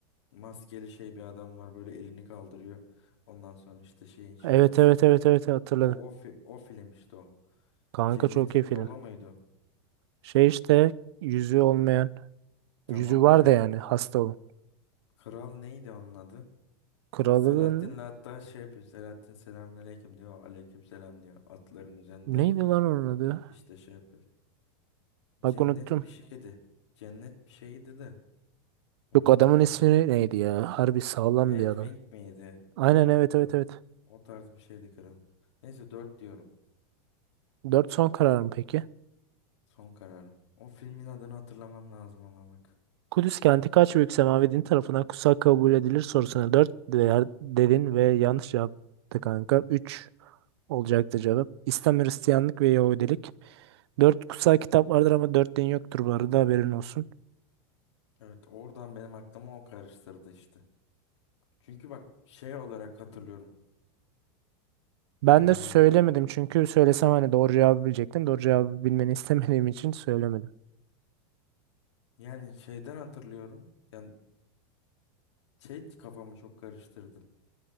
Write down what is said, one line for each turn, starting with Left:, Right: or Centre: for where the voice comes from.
Left: maskeli şey bir adam var böyle elini kaldırıyor. Ondan sonra işte şeyin şarkısı
Right: Evet evet
Left: giriyor.
Right: evet evet hatırladım.
Left: o o fi- o film işte o.
Right: Kanka
Left: Cennetin
Right: çok iyi film.
Left: Yolu muydu?
Right: Şey işte yüzü olmayan
Left: Tamam
Right: yüzü var
Left: aynen.
Right: da yani
Left: K-
Right: hasta olan.
Left: Kral neydi onun adı?
Right: Kralın
Left: Selahattin'le hatta şey yapıyor. Selahattin selamünaleyküm diyor. Aleyküm selam diyor. Atların üzerinde
Right: neydi lan onun adı?
Left: işte şey yapıyor.
Right: Bak
Left: Cennet
Right: unuttum.
Left: bir şeydi. Cennet bir şeydi de. Unuttum
Right: Yok adamın ismi
Left: bak.
Right: neydi ya? Harbi sağlam
Left: Edwin
Right: bir adam.
Left: miydi?
Right: Aynen evet
Left: Kral.
Right: evet evet.
Left: O tarz bir şeydi kral. Neyse 4 diyorum.
Right: Dört son karar mı peki?
Left: Son kararım. O filmin adını hatırlamam lazım ama bak.
Right: Kudüs kenti kaç büyük semavi din tarafından kutsal kabul edilir sorusuna 4 değer dedin ve yanlış yaptı kanka. üç olacaktı cevap. İslam, Hristiyanlık ve Yahudilik. dört kutsal kitap vardır ama 4 din yoktur bu arada haberin olsun.
Left: Evet oradan benim aklıma o karıştırdı işte. Çünkü bak şey olarak hatırlıyorum.
Right: Ben
Left: Ee,
Right: de söylemedim
Left: o,
Right: çünkü söylesem hani doğru cevabı bilecektim. Doğru cevabı bilmeni istemediğim için söylemedim.
Left: yani şeyden hatırlıyorum. Yani şey kafamı çok karıştırdı.